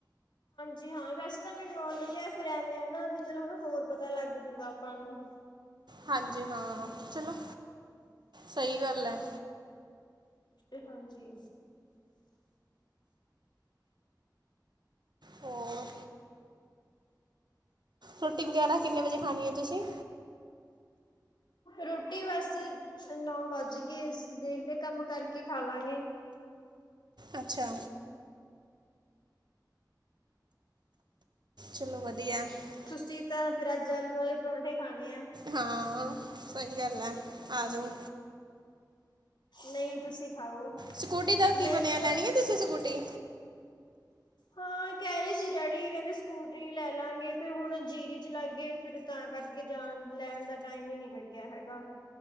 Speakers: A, on the left; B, on the right.
A: ਜੀ ਹਾਂ ਵੈਸੇ ਤਾਂ ਮੈਨੂੰ ਆ ਹੀ ਆ ਫੇਰ ਐਵੇਂ ਆ ਨਾ ਵੀ ਚਲੋ ਹਣ ਹੋਰ ਪਤਾ ਲੱਗ ਜਾਉ ਗਾ ਆਪਾਂ ਨੂੰ
B: ਹਾਂਜੀ ਹਾਂ ਚਲੋ, ਸਹੀ ਗੱਲ ਹੈ।
A: ਤੇ ਹਾਂਜੀ।
B: ਹੋਰ ਰੋਟੀ ਵਗੈਰਾ ਕਿੰਨੇ ਵਜੇ ਖਾਣੀ ਹੈ ਤੁਸੀਂ
A: ਰੋਟੀ ਬਸ, ਨੌ ਵੱਜ ਗਏ ਦੇਖਦੇ ਕੰਮ ਕਰਕੇ ਖਾ ਲਾਂਗੇ।
B: ਅੱਛਾ। ਚਲੋ ਵਧੀਆ। ਹੈ।
A: ਤੁਸੀਂ ਤਾਂ ਫੇਰ ਅੱਜ ਆਲੂ ਵਾਲੇ ਪਰੌਂਠੇ ਖਾਣੇ ਆ।
B: ਹਾਂ। ਸਹੀ ਗੱਲ ਹੈ, ਆਜੋਂ।
A: ਨਹੀਂ ਤੁਸੀਂ ਖਾਓ
B: ਸਕੂਟੀ ਦਾ
A: ਮੇਰੇ
B: ਕੀ ਬਣਿਆ
A: ਤੋਂ
B: ਲੈਣੀ
A: ਤਾਂ
B: ਆ ਤੁਸੀਂ ਸਕੂਟੀ?
A: ਹਾਂ ਕਹਿ ਰਹੇ ਸੀ ਡੈਡੀ ਕਹਿੰਦੇ ਸਕੂਟਰੀ ਲੈ ਲਾਂਗੇ ਫਿਰ ਹੁਣ ਜੀਰੀ ਚ ਲੱਗੇ ਫਿਰ ਤਾਂ ਕਰਕੇ ਜਾਣ ਲੈਣ ਦਾ ਟਾਈਮ ਹੀ ਨਹੀਂ ਲੱਗਿਆ ਹੈਗਾ।